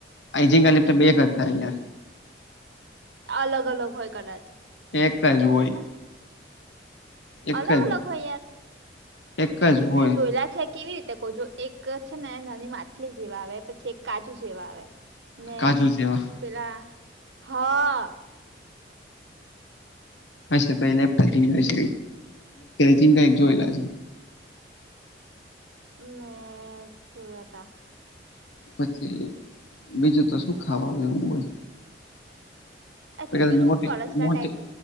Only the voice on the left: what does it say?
અજિંગ
લપ્ટ બે હતા યાર.
એક
જ હોય.
એક
જ
એક
જ
હોય
કાજુ જેવા
અ તો લેપ્ટ <inaudible> ચિં <inaudible> આપ ત ચિં <unintelligible> એક જોયેલા છે.
પછી બીજું તો શું ખાવાનું એવું હોય?
બે
મોટી
મોટી